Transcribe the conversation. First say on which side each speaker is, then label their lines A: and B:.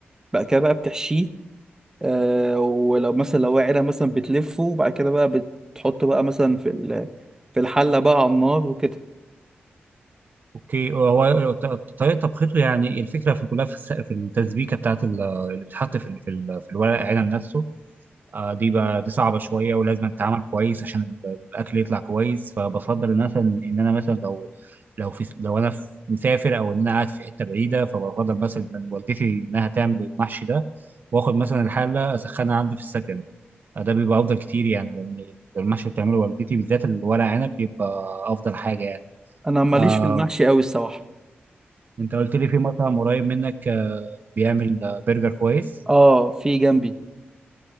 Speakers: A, on the right; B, on the right.
A: بعد كده بقى بتحشيه آه ولو مثلا لو ورق عنب مثلا بتلفه وبعد كده بقى بتحطه بقى مثلا في ال- في الحله بقى على النار وكده
B: اوكي هو ط- طريقه طبخته يعني الفكره في كلها في الس- في التسبيكه بتاعت ال- اللي بتتحط في ال- في ال- في الورق العنب نفسه آه، دي بقى دي صعبه شويه ولازم تتعمل كويس عشان ال- الاكل يطلع كويس فبفضل مثلا ان انا مثلا لو لو في لو انا في- مسافر او ان انا قاعد في حته بعيده فبفضل مثلا من والدتي انها تعمل المحشي ده واخد مثلا الحله اسخنها عندي في السكن آه، ده بيبقى افضل كتير يعني لان المحشي اللي بتعمله والدتي بالذات الورق عنب بيبقى افضل حاجه يعني
A: انا ماليش
B: آه،
A: في المحشي قوي الصراحه
B: انت قلت لي في مطعم قريب منك آه، بيعمل آه، برجر كويس
A: اه في جنبي